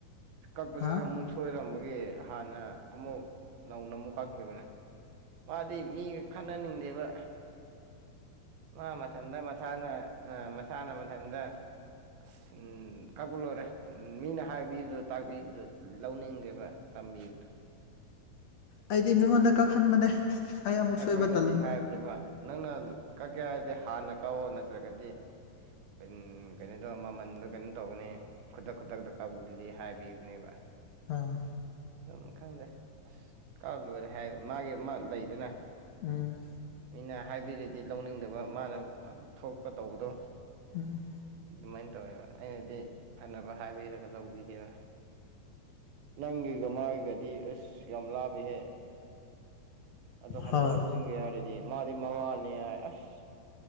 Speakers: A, on the right; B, on the left.
A: ꯀꯛꯄꯗꯨꯁꯨ
B: ꯍꯥ
A: ꯑꯃꯨꯛ ꯁꯣꯏꯔꯝꯕꯒꯤ ꯍꯥꯟꯅ ꯑꯃꯨꯛ ꯅꯧꯅ ꯑꯃꯨꯛ ꯀꯛꯈꯤꯕꯅꯦ ꯃꯥꯗꯤ ꯃꯤꯒ ꯈꯟꯅꯅꯤꯡꯗꯦꯕ ꯃꯥ ꯃꯊꯟꯇ ꯃꯁꯥꯅ ꯑꯥ ꯃꯁꯥꯅ ꯃꯊꯟꯇ ꯑꯁ ꯎꯝ ꯀꯛꯄ ꯂꯣꯏꯔꯦ ꯃꯤꯅ ꯍꯥꯏꯕꯤꯕꯗꯣ ꯇꯥꯛꯄꯤꯕꯗꯣ ꯂꯧꯅꯤꯡꯗꯦꯕ ꯇꯝꯕꯤꯕꯗꯣ
B: ꯑꯩꯗꯤ ꯃꯤꯉꯣꯟꯗ ꯀꯛꯍꯟꯕꯅꯦ ꯑꯩ ꯑꯃꯨꯛ
A: ꯑꯩꯈꯣꯏꯅꯗꯤ
B: ꯁꯣꯏꯕ ꯇꯜꯂꯅꯤ
A: ꯍꯥꯏꯕꯅꯦꯕ ꯅꯪꯅ ꯀꯛꯀꯦ ꯍꯥꯏꯗꯤ ꯍꯥꯟꯅ ꯀꯛꯑꯣ ꯅꯠꯇ꯭ꯔꯒꯗꯤ ꯀꯩꯟ ꯀꯩꯅꯣꯗꯣ ꯃꯃꯟꯗꯣ ꯀꯩꯅꯣ ꯇꯧꯒꯅꯤ ꯈꯨꯗꯛ ꯈꯨꯗꯛꯇ ꯀꯛꯄꯗꯨꯗꯤ ꯍꯥꯏꯕꯤꯕꯅꯦꯕ
B: ꯑꯥ
A: ꯑꯗꯨꯝ ꯈꯪꯗꯦ ꯑꯁ ꯀꯥꯛꯑ ꯂꯣꯏꯔꯦ ꯍꯥꯏ ꯃꯥꯒꯤ ꯑꯃꯥ ꯂꯩꯗꯅ
B: ꯎꯝ
A: ꯃꯤꯅ ꯍꯥꯏꯕꯤꯔꯗꯤ ꯂꯧꯅꯤꯡꯗꯕ ꯃꯥꯅ ꯊꯣꯛꯄ ꯇꯧꯕꯗꯣ
B: ꯎꯝ
A: ꯑꯗꯨꯃꯥꯏꯅ ꯇꯧꯋꯦꯕ ꯑꯩꯅꯗꯤ ꯐꯅꯕ ꯍꯥꯏꯕꯤꯔꯒ ꯂꯧꯕꯤꯗꯦꯕ ꯅꯪꯒꯤꯒ ꯃꯥꯒꯤꯒꯗꯤ ꯑꯁ ꯌꯥꯝ ꯂꯥꯞꯄꯤꯍꯦ ꯑꯗꯣ ꯍꯟꯗꯣꯛ
B: ꯍꯣꯏ
A: ꯍꯟꯆꯤꯟꯒꯦ ꯍꯥꯏꯔꯗꯤ ꯃꯥꯗꯤ ꯃꯉꯥꯅꯤ ꯍꯥꯏ ꯑꯁ